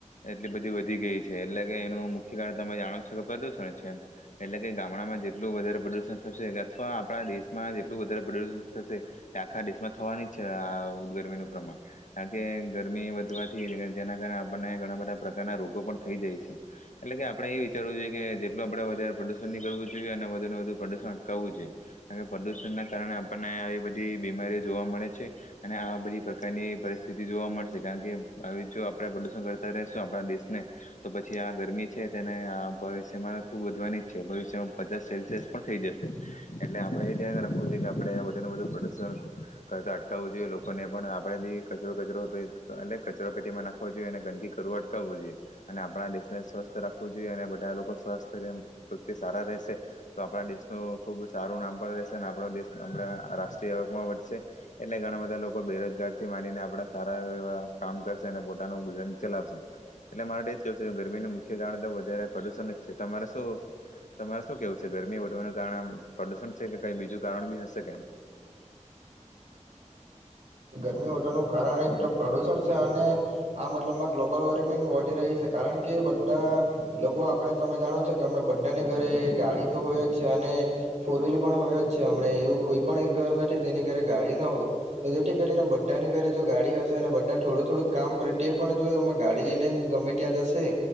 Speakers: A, on the left (about 75°); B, on the right (about 65°).
A: એટલી બધી વધી ગઈ છે એટલે કે એનું મુખ્ય કારણ તમે જાણો છો કે પ્રદુષણ છે એ એટલે કે ગામડામાં જેટલું વધારે પ્રદૂષણ થશે અથવા આપણા દેશમાં જેટલું વધારે પ્રદુષણ થશે એ આખા દેશમાં થવાની જ છે આ ગરમીનું પ્રમાણ કારણ કે ગરમી વધવાથી જેના કારણે આપણને ઘણા બધા પ્રકારના રોગો પણ થઈ જાય છે એટલે કે આપણેે એ વિચારવું જોઈએ કે જેટલું આપણે વધારે પ્રદુણ કરવું જોઈએ અને વધુને વધુ પ્રદૂષણ અટકાવવું જોઈએ કારણ કે પ્રદૂષણના કારણે આપણને આવી બધી બીમારીઓ જોવા મળે છે અને આ બધી પ્રકારની પરિસ્થિતિ જોવા મળશે કારણ કે આવીવે જો આપણે પ્રદૂષણ કરતા રશું આપણા દેશને તો પછી આ ગરમી છે તેને આ ભવિષ્યમાં ખૂબ વધવાની પચાસ સેલ્સિયસ પણ થઈ જશે એટલે આપે એ ધ્યાન રાખવું જોઈએ કે આપણેે વધુ ને વધુ પ્રદુષણ કરતા અટકાવવું જોઈએ લોકોને પણ આપણે બી કચરો કચરો એટ કચરા પેટીમાં નાખવો જોઈએ અને ગંદકી કરવું અટકાવવું જોઈએ અને આપણા દેશને સ્વસ્થ રાખવું જોઈએ અને બધા લોકો સ્વાસ્થ પ્ર સારા રહેશે તો આપણા દેશનું ખૂબ સારું નામ પણ રહેશે અને આપણા દેશ આપણા રાષ્ટ્રીય આવકમાં વધશે એટલે ઘણા બધા લોકો બેરોજગાર થી માનીને આપણા સારા એવા કામ કરશે અને પોતાનું ગુજરાન ચલાવશે એટલે માર દ જ કેવું છે કે ગરમીનું મુખ્ય કારણ તો વધારે પ્રદુષણ જ છેતારે શુંશે તમારે શું કેવું છે ગરમી વધવાનું કારણે આમ પ્રદુષણ છે કે કઈ બીજું કારણ બી હશે કઈ
B: ગમી ઓોનુંું કારણ એક પ્રદુષણ છે અને આ મતલબમાં ગ્લોબલ વોર્મિંગ વધી રહી છે કારણ કે બધા લોકો આપણે તમે જાણો છો કેમ બધાની ઘરે ગાડી તો હોય જ છે અને ફોર વ્હીલર પણ હોય જ છે હમને એવું કોઈ પણ એક ઘર નથી જેની ઘરે ગાડી ના હોય તો જેથી કરીને બધાની ઘરે જો ગાડી હશે અને બધા થોડું થોડું કામ પ્રત્યે પણ જો એમાં ગાડી લઈને ગમે ત્યાં જશે